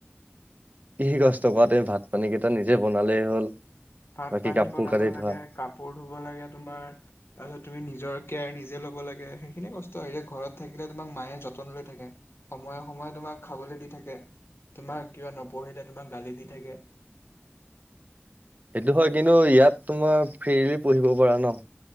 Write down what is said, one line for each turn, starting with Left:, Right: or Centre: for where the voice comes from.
Right: ইহি কষ্ট কৰাতে ভাত পানী কেইটা নিজে বনালেই হ'ল।
Left: ভাত
Right: বাকী
Left: পানী
Right: কাপোৰ
Left: বনাব
Right: কানি
Left: লাগে
Right: ধোৱা
Left: কাপোৰ ধুব লাগে তোমাৰ তাৰপিছত তুমি নিজৰ কেয়াৰ নিজে ল'ব লাগে, হেইসিনিয়েই কষ্ট আৰু। এতিয়া ঘৰত থাকিলে তোমাৰ মায়ে যতন লৈ থাকে। সময়ে সময়ে তোমাক খাবলৈ দি থাকে তোমাক, কিবা নপঢ়িলে তোমাক গালি দি থাকে।
Right: সেইটো হয়, কিন্তু ইয়াত তোমাৰ ফ্ৰীলি পঢ়িব পাৰা ন?